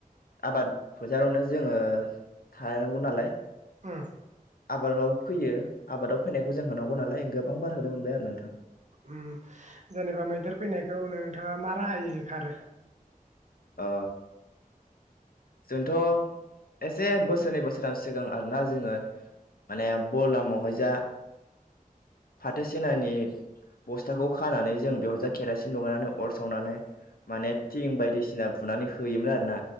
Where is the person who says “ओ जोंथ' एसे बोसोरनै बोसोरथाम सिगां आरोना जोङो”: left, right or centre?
Left